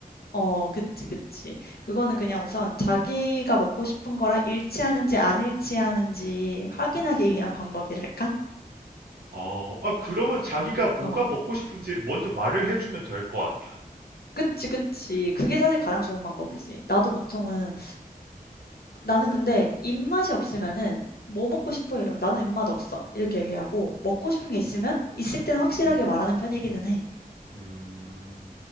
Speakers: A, on the left; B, on the right.
A: 어 그치, 그치. 그거는 그냥 우선 자기가 먹고 싶은 거랑 일치하는지 안 일치하는지 확인하기 위한 <laughs> 방법이랄까?
B: 어, 아, 그러면 자기가 뭐가
A: 어.
B: 먹고 싶은지를 먼저 말을 해주면 될 거 아니야.
A: 그치, 그치. 그게 사실 가장 좋은 방법이지. 나도 보통은 나는 근데 입맛이 없으면은 "뭐 먹고 싶어?" 이러면 "나는 입맛 없어." 이렇게 얘기하고 먹고 싶은 게 있으면 있을 때는 확실하게 말하는 편이기는 해.
B: 음,